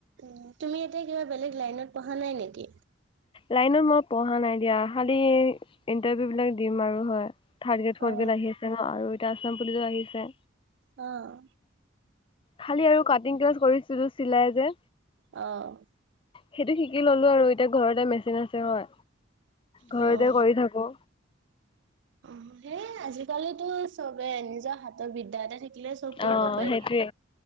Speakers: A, on the right; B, on the left.
A: উম তুমি এতিয়া কিবা বেলেগ লাইনত পঢ়া নাই নেকি।
B: লাইনত মই পঢ়া নাই দিয়া। খালি, ইণ্টাৰভিউ বিলাক দিম আৰু হয় থাৰড গ্ৰেড ফৰ্
A: অ
B: গ্ৰেড আহি আছে। ন, আৰু এতিয়া আছাম পুলিচো আহিছে।
A: অ'।
B: খালি আৰু কাটিং ক্লাছ কৰিছিলো চিলাই যে।
A: অ'।
B: সেইটো শিকি ললোঁ আৰু এতিয়া ঘৰতে মেচিন আছে হয়। ঘৰতে
A: অ',
B: কৰি থাকো।
A: অ' সেই আজিকালিতো চবেই নিজৰ হাতৰ বিদ্যা এটা থাকি, থাকিলে চব কৰিব
B: অ
A: পাৰি।
B: সেইটোৱে